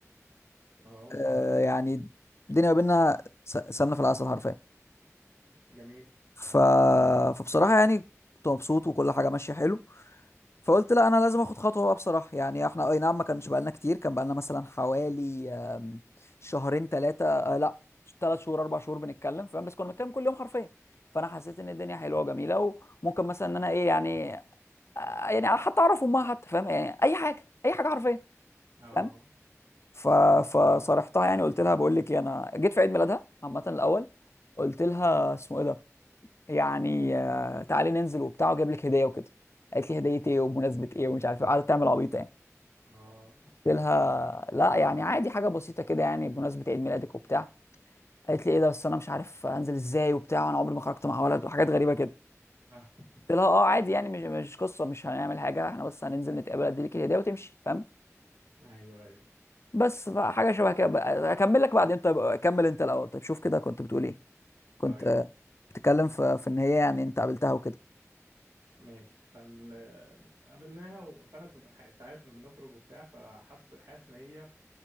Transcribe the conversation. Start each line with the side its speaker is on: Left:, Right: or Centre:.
Right: اه
Left: آه يعني الدنيا ما بيننا س- سمنه في العسل حرفيا
Right: جميل
Left: ف... فبصراحه يعني كنت مبسوط وكل حاجه ماشيه حلو فقلت لا انا لازم اخد خطوه بقى بصراحه يعني احنا اي نعم ما كانش بقالنا كتير كان بقالنا مثلا حوالي آم، شهرين ثلاثه لا ثلاث شهور اربع شهور بنتكلم فاهم بس كنا بنتكلم كل يوم حرفيا فانا حسيت ان الدنيا حلوه وجميله وممكن مثلا ان انا ايه يعني آه، يعني حتى اعرف امها حتى فاهم يعني اي حاجه اي حاجه حرفيا
Right: اه
Left: فاهم ف فصارحتها يعني قلت لها بقول لك ايه انا جيت في عيد ميلادها عامه الاول قلت لها اسمه ايه ده يعني آه، تعالي ننزل وبتاع واجيب لك هديه وكده قالت لي هديه ايه وبمناسبه ايه ومش عارف ايه قعدت تعمل عبيطه يعني
Right: اه
Left: قلت لها لا يعني عادي حاجه بسيطه كده يعني بمناسبه عيد ميلادك وبتاع قالت لي ايه ده بس انا مش عارف انزل ازاي وبتاع وانا عمري ما خرجت مع ولد وحاجات غريبه كده
Right: <laughs>
Left: قلت لها اه عادي يعني مش مش قصه مش هنعمل حاجه احنا بس هننزل نتقابل اديلك الهديه وتمشي فاهم
Right: ايوه ايوه
Left: بس حاجه شبه كده بقى- اكمل لك بعدين طيب اكمل انت الاول طيب شوف كده كنت بتقول ايه كنت
Right: طيب
Left: آه، بتتكلم في في ان هي يعني انت قابلتها وكده
Right: ماشي فال قابلناها و... فانا كنت بح- انت عارف لما بنخرج وبتاع فحس حاسس ان هي